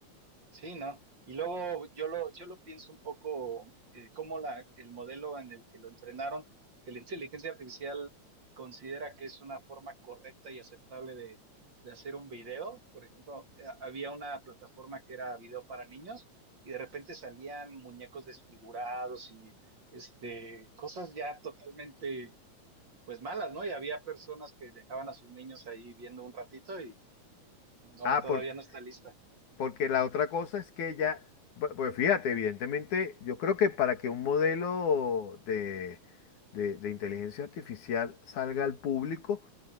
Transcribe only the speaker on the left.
Ah,
porque,
porque la otra cosa es que ya, bu- pues fíjate, evidentemente, yo creo que para que un modelo de, de- de inteligencia artificial salga al público,